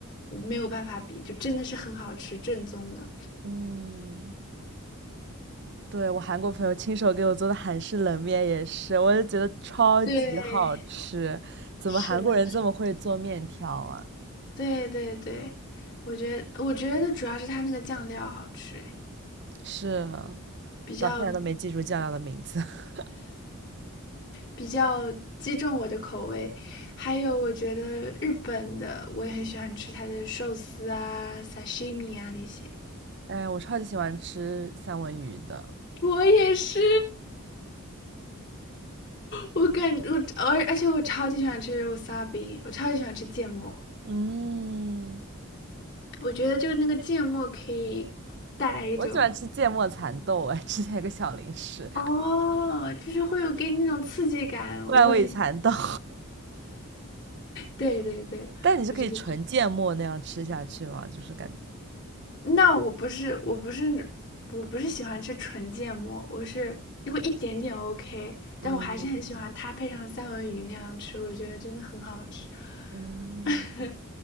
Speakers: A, on the left (about 55°); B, on the right (about 50°).
A: 没有办法比，就真的是很好吃，正宗的。
B: 嗯。对，我韩国朋友亲手给我做的韩式冷面也是，我就觉得超级好吃。
A: 对，
B: 怎么韩国人这么会做面条啊？
A: 是的，对对对，我觉得我觉得主要是它那个酱料好吃，哎，
B: 是，
A: 比较
B: 到现在都没记住酱料的名字。<laughs>
A: 比较击中我的口味。还有，我觉得日本的我也很喜欢吃它的寿司啊、sashimi 啊那些。
B: 哎，我超级喜欢吃三文鱼的。
A: 我也是，我感我而而且我超级喜欢吃 wasabi，我超级喜欢吃芥末。
B: 嗯，
A: 我觉得就是那个芥末可以带来一种
B: 我喜欢吃芥末蚕豆，哎，之前有个小零食，
A: 哦，就是会有给你那种刺激感，我会很喜
B: 怪味蚕豆。<laughs>
A: 对对对，
B: 但你是可以纯芥末那样吃下去吗？
A: 我觉得
B: 就是感觉，
A: 那我不是，我不是，我不是喜欢吃纯芥末，我是如果一点点 OK，但我还是很喜欢它配上三文鱼那样吃，
B: 嗯
A: 我觉得真的很好吃。
B: 嗯，
A: <laughs>